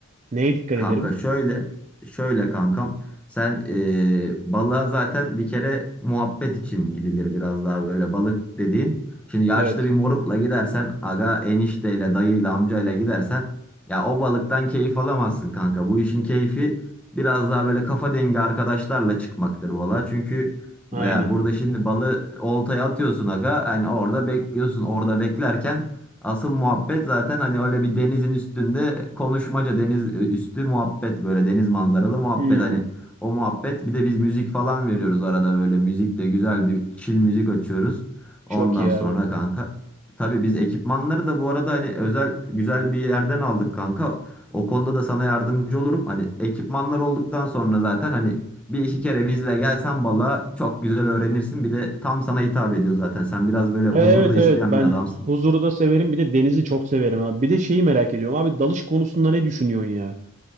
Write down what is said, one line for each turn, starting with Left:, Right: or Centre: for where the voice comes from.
Right: Neye dikkat
Centre: Kanka
Right: ederim?
Centre: şöyle şöyle kankam sen eee balığa zaten bir kere muhabbet için gidilir biraz daha böyle balık dediğin. Şimdi yaşlı
Right: Evet,
Centre: bir morukla gidersen aga enişteyle dayıyla amcayla gidersen ya o balıktan keyif alamazsın kanka. Bu işin keyfi biraz daha böyle kafa dengi arkadaşlarla çıkmaktır balığa. Çünkü
Right: aynen.
Centre: ya burada şimdi balığı oltaya atıyorsun aga hani orada bekliyorsun orada beklerken Asıl muhabbet zaten hani öyle bir denizin üstünde konuşmaca deniz e, üstü muhabbet böyle deniz manzaralı muhabbet
Right: Hmm,
Centre: hani o muhabbet bir de biz müzik falan veriyoruz arada böyle müzikle güzel bir chill müzik açıyoruz. Ondan
Right: çok iyi
Centre: sonra
Right: abi.
Centre: kanka tabii biz ekipmanları da bu arada hani özel güzel bir yerden aldık kanka. O konuda da sana yardımcı olurum. Hani ekipmanlar olduktan sonra zaten hani bir iki kere bizle gelsen balığa çok güzel öğrenirsin. Bir de tam sana hitap ediyor zaten. Sen biraz böyle
Right: Evet
Centre: huzur da isteyen
Right: evet ben
Centre: bir adamsın.
Right: huzuru da severim bir de denizi çok severim abi. Bir de şeyi merak ediyorum abi dalış konusunda ne düşünüyorsun ya?